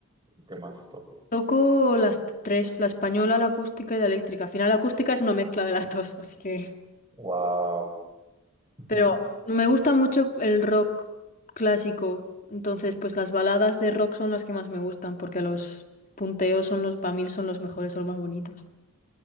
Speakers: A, on the right; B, on the left.
A: ¿Qué más toques?
B: Toco las tres, la española, la acústica y la eléctrica. Al final la acústica es una mezcla de las dos, así que...
A: Wow. <laughs>
B: Pero me gusta mucho el rock clásico, entonces pues las baladas de rock son las que más me gustan, porque los punteos son los, para mí son los mejores, son los más bonitos.